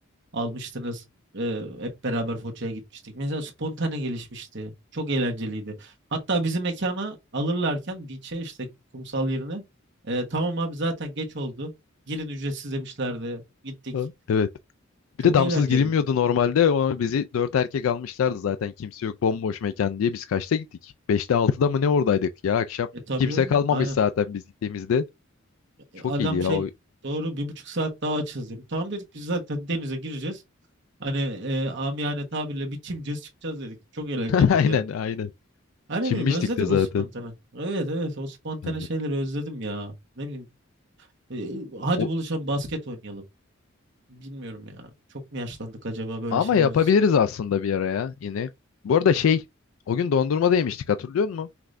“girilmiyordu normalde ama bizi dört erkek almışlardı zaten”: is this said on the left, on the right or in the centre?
Left